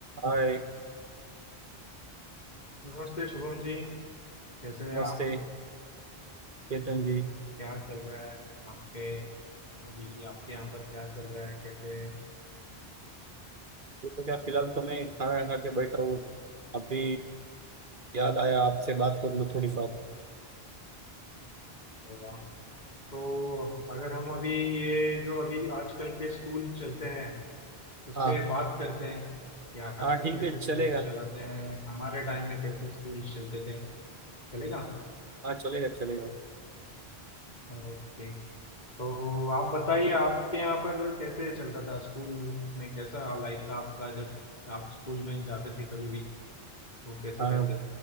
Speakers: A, on the right; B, on the left.
A: हाय
B: नमस्ते शुभम जी कैसे हैं
A: नमस्ते
B: आप
A: चेतन जी
B: क्या चल रहा है आपके अभी आपके यहाँ पर क्या चल रहा है कैसे हैं?
A: ये तो क्या फिलहाल तो मैं खाना खा के बैठा हूँ अभी याद आया आपसे बात कर लूँ थोड़ी सा
B: अरे वाह तो अगर हम अभी ये जो अभी आजकल के स्कूल चलते हैं उस
A: हाँ
B: पे बात करते हैं कि आजकल
A: हाँ ठीक
B: कैसे
A: है चलेगा
B: स्कूल चलाते हैं हमारे टाइम में कैसे स्कूल चलते थे चलेगा
A: हाँ चलेगा चलेगा
B: ओके तो आप बताइए आपके यहाँ पर कैसे चलता था स्कूल में कैसा लाइफ था आपका जब आप स्कूल में जाते थे कभी भी वो कैसे
A: हाँ
B: करते